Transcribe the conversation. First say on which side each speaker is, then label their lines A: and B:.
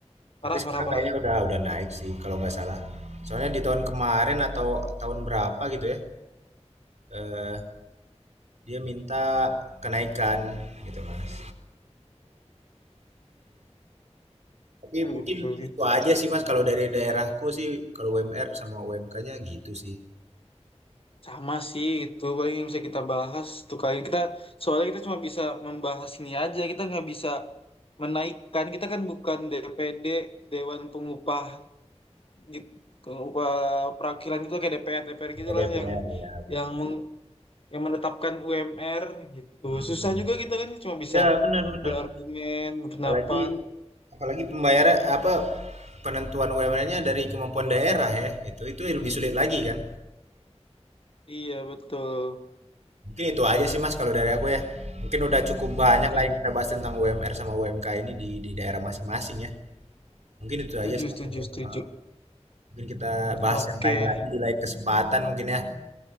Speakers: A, on the left; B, on the right.
A: parah
B: Tapi sekarang
A: parah parah.
B: kayaknya udah udah naik sih kalau nggak salah. Soalnya di tahun kemarin atau tahun berapa gitu ya, eh, dia minta kenaikan gitu Mas. Tapi
A: Hmm,
B: mungkin
A: gitu gitu.
B: itu aja sih Mas kalau dari daerahku sih kalau UMR sama UMK-nya gitu sih.
A: Sama sih itu paling yang bisa kita bahas tuh kali ini. kita soalnya kita cuma bisa membahas ini aja kita nggak bisa menaikkan kita kan bukan DPD Dewan Pengupah gitu, pengupah perwakilan itu kayak DPR DPR gitulah
B: Ya DPR
A: yang
B: ya benar.
A: yang meng yang menetapkan UMR gitu.
B: Mm.
A: Susah juga kita kan cuma bisa
B: Ya benar-benar.
A: berargumen, pendapat.
B: Apalagi apalagi pembayaran apa penentuan UMR-nya dari kemampuan daerah ya. Itu itu lebih sulit lagi kan.
A: Iya, betul.
B: Mungkin itu aja sih Mas kalau dari aku ya. Mungkin udah cukup banyak
A: Oke.
B: lah yang kita bahas tentang UMR sama UMK ini di di daerah masing-masing ya. Mungkin itu
A: Setuju,
B: aja sih
A: setuju,
B: Mas. dari aku.
A: setuju.
B: Mungkin kita bahas
A: Oke.
B: yang lain lagi di lain kesempatan mungkin ya.